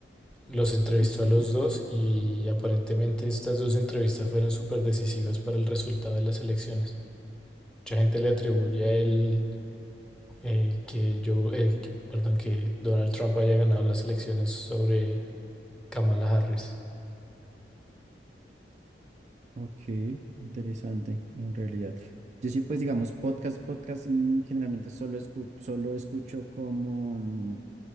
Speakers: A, in the centre; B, on the right.
A: Los entrevistó
B: ok,
A: a los dos y aparentemente estas dos entrevistas fueron súper decisivas para el resultado de las elecciones. Mucha gente le atribuye a él eh, que yo, eh, que- perdón, que Donald Trump haya ganado las elecciones sobre Kamala Harris.
B: ok, interesante, en realidad. Yo sí, pues digamos, podcast, podcast, mm, generalmente solo escucho, solo escucho como mm,